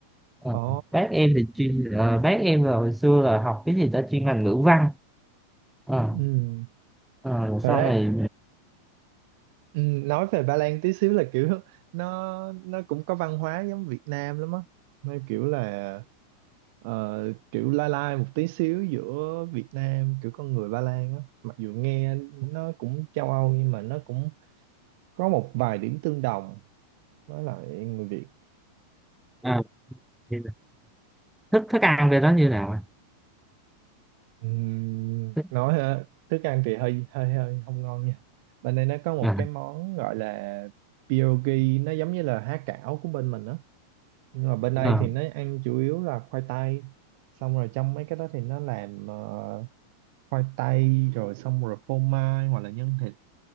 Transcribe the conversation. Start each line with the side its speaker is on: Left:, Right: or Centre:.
Centre: Ờ,
Right: ồ
Centre: bác em thì chuyên ờ, bác em là hồi xưa là học cái gì ta chuyên ngành ngữ văn Ờ,
Right: ừ
Centre: ờ, rồi
Right: thật
Centre: sau
Right: ra
Centre: này
Right: ừ, nói về Ba Lan tí xíu là kiểu <laughs> nó nó cũng có văn hóa giống Việt Nam lắm á nó kiểu là ờ, kiểu lai lai một tí xíu giữa Việt Nam kiểu con người Ba Lan á mặc dù nghe nó cũng châu Âu nhưng mà nó cũng có một vài điểm tương đồng với lại người Việt
Centre: ờ, thì thức thức ăn về đó như nào ạ?
Right: Ừm,
Centre: Thức-
Right: nói hả? thức ăn thì hơi hơi hơi không ngon nha bên đây nó có một
Centre: ờ,
Right: cái món gọi là pierogi nó giống như là há cảo của bên mình á nhưng mà bên đây
Centre: ờ,
Right: thì nó ăn chủ yếu là khoai tây xong rồi trong mấy cái đó thì nó làm ờ, khoai tây rồi xong rồi phô mai hoặc là nhân thịt